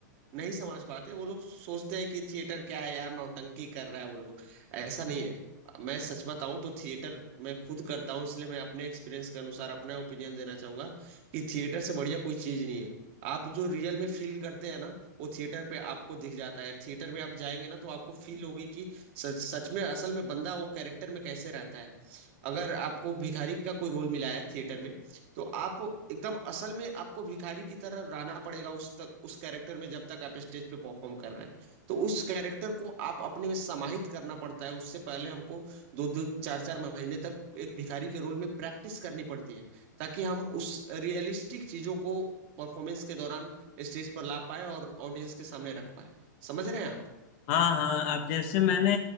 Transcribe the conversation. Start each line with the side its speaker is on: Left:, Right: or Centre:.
Right: नहीं समझ पाते वो लोग सोचते हैं कि थिएटर क्या है यार नौटंकी कर रहा है वो लोग ऐसा नहीं है मैं सच बताऊं तो थिएटर मैं खुद करता हूं इसलिए मैं अपने एक्सपीरियंस के अनुसार अपना ओपिनियन देना चाहूंगा कि थिएटर से बढ़िया कोई चीज नहीं है आप जो रियल में फील करते हैं ना वो थिएटर पे आपको दिख जाता है थिएटर में आप जाएंगे ना तो आपको फील होगी कि सच सच में असल में बंदा वो कैरेक्टर में कैसे रहता है अगर आपको भिखारी का कोई रोल मिला है थिएटर में तो आप एकदम असल में आपको भिखारी की तरह रहना पड़ेगा उस तक उस कैरेक्टर में जब तक आप स्टेज पे परफॉर्म कर रहे हैं तो उस कैरेक्टर को आप अपने में समाहित करना पड़ता है उससे पहले हमको दो दो चार चार महीने तक एक भिखारी के रोल में प्रैक्टिस करनी पड़ती है ताकि हम उस रियलिस्टिक चीजों को परफॉर्मेंस के दौरान स्टेज पर ला पाए और ऑडियंस के सामने रख पाए समझ रहे हैं आप
Left: हाँ हाँ अब जैसे मैंने